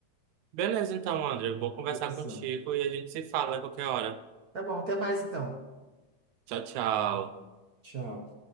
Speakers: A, on the right; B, on the right.
A: Beleza, então, André. eu Vou conversar
B: Beleza?
A: contigo e a gente se fala a qualquer hora.
B: Tá bom, até mais então.
A: Tchau, tchau.
B: Tchau.